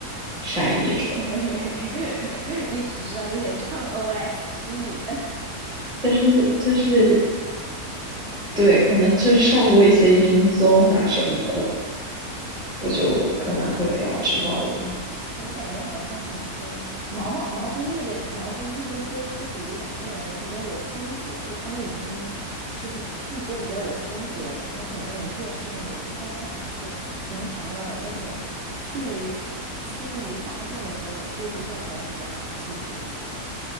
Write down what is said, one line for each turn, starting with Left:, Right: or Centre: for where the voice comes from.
Centre: 单依纯，
Right: <laughs> 你只知道这些唱 OST 的，
Centre: 就是就是对，可能就是上过一些音综啊什么的，我就可能会比较知道一点。
Right: 感觉好像现在我就感觉好像怎么说呢，毛毛毛不易的毛不易跟周深属于两个人比较有风格，就他们已经就是唱歌比较有风格了，然后整个人做事呢也不太像是平常的那种趋于趋于大众的歌手，所以说这两个人比较好记住，我觉得。